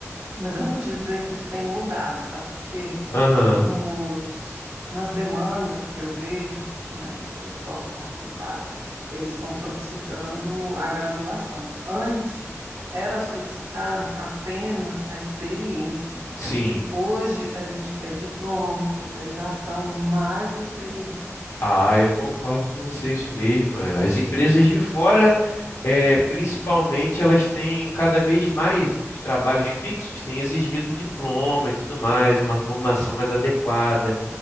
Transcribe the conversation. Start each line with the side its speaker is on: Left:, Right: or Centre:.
Right: Mas eu vou te dizer que isso tem mudado, sabe? Porque
Left: Aham,
Right: nos, nas demandas que eu vejo, né, que eu posso participar, eles estão solicitando a graduação. Antes era solicitado apenas a experiência.
Left: sim.
Right: Hoje a gente quer diploma, especialização, mais a experiência.
Left: Ah, eu concordo com você, isso mesmo. é. As empresas de fora, é, principalmente, elas têm cada vez mais os trabalhos fixos, têm exigido diploma e tudo mais, uma formação mais adequada.